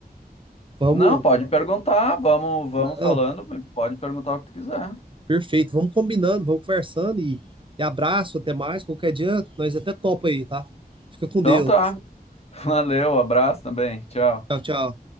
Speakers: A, on the right; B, on the left.
A: Vamos.
B: não, pode perguntar, vamos, vamos
A: Não,
B: falando, pode perguntar o que tu quiser.
A: perfeito. Vamos combinando, vamos conversando e, e abraço, até mais. Qualquer dia, nós até topa aí, tá? Fica com
B: Então
A: Deus.
B: tá. <laughs> Valeu, abraço também. Tchau.
A: Tchau, tchau.